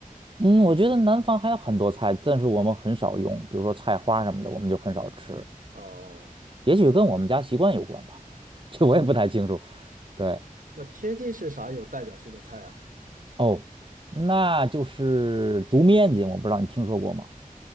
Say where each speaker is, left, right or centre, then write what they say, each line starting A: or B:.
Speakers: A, on the right; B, on the right.
A: 嗯，我觉得南方还有很多菜，但是我们很少用，比如说菜花什么的，我们就很少吃。
B: 哦，
A: 也许跟我们家习惯有关吧，<laughs> 这我也不太清楚。
B: 嗯，
A: 对，
B: 那天津是啥有代表性的菜啊？
A: 哦，那就是毒面筋，我不知道你听说过吗？